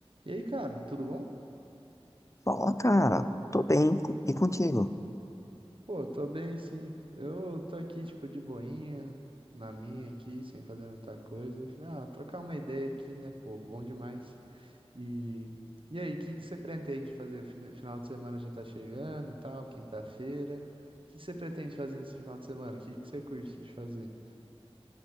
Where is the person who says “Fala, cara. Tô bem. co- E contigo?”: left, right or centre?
Left